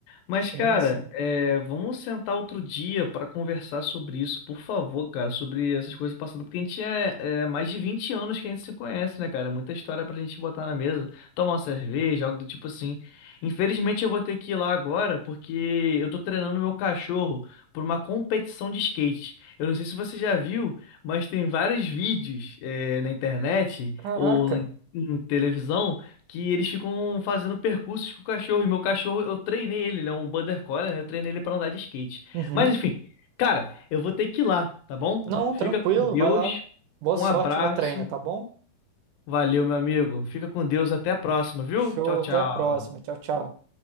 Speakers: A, on the left (about 80°); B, on the right (about 75°).
A: Mas,
B: Sim,
A: cara,
B: sim.
A: é, vamos sentar outro dia para conversar sobre isso, por favor, cara, sobre essas coisas passadas, porque a gente é, é mais de 20 anos que a gente se conhece, né, cara? É Muita história pra gente botar na mesa, tomar uma cerveja, algo do tipo assim. Infelizmente, eu vou ter que ir lá agora, porque eu tô treinando meu cachorro por uma competição de skate. Eu não sei se você já viu, mas tem vários vídeos, é, na internet
B: Caraca.
A: ou na em televisão que eles ficam fazendo percursos com o cachorro. E meu cachorro, eu treinei ele, ele é um border collie, né? Eu treinei ele pra andar de skate.
B: Uhum.
A: Mas enfim, cara, eu vou ter que ir lá, tá bom?
B: Não,
A: Fica
B: tranquilo,
A: com Deus.
B: vai lá. Boa
A: Um
B: sorte
A: abraço.
B: no treino, tá bom?
A: Valeu, meu amigo. Fica com Deus. Até a próxima, viu?
B: Show,
A: Tchau, tchau.
B: até a próxima. Tchau, tchau.